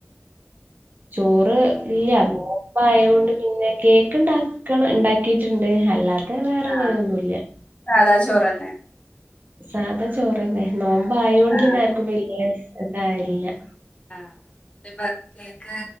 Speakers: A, on the right; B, on the left.
A: ചോറ് ഇല്ല അങ്ങനപ്പ ആയൊണ്ട് പിന്നെ കേക്ക് ഉണ്ടാക്കണം ഉണ്ടാക്കിട്ടുണ്ട് അല്ലാത്ത വേറെങ്ങന
B: ആ
A: ഒന്നുമല്ല
B: സാധാ ചോറന്നെ
A: സാധാ ചോറന്നെ നോമ്പ ആയോണ്ട്
B: ആ
A: പിന്നെ ആർക്കും പിില്ലേ അതായില്ല
B: ആ പിന്നെ പ കേക്ക്